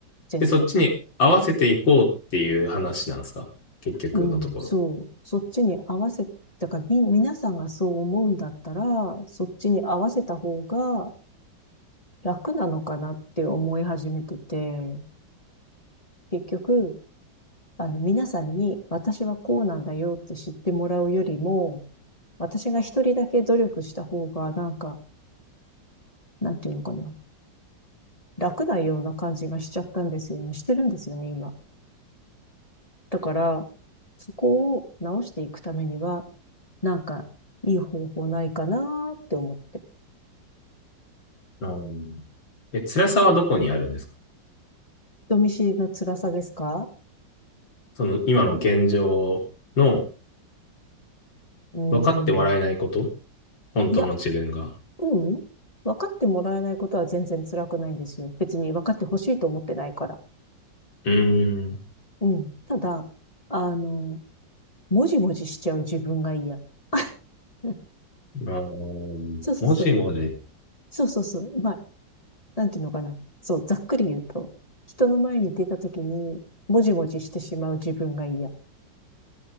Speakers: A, on the left; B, on the left.
A: 全然。
B: で、そっちに合わせていこうっていう話なんですか結局のところ。
A: うん、そう。そっちに合わせ、だからみ、皆さんがそう思うんだったら、そっちに合わせた方が楽なのかなって思い始めてて、結局、あの、皆さんに私はこうなんだよって知ってもらうよりも、私が一人だけ努力した方が、なんか、なんていうのかな。楽なような感じがしちゃったんですよね。してるんですよね、今。だから、そこを直していくためには、なんか、いい方法ないかなーって思って。
B: うんえ、辛さはどこにあるんですか
A: 人見知りの辛さですか
B: その今の現状の
A: うーん。
B: 分かってもらえないこと本当の自分が。
A: いや、うん。分かってもらえないことは全然辛くないんですよ。別に分かってほしいと思ってないから。
B: うーん。
A: うん。ただ、あの、もじもじしちゃう自分が嫌。<laughs> うん
B: あーもしもし。
A: そうそうそう。そうそうそう。まあ、なんていうのかな。そう、ざっくり言うと、人の前に出た時に、もじもじしてしまう自分が嫌。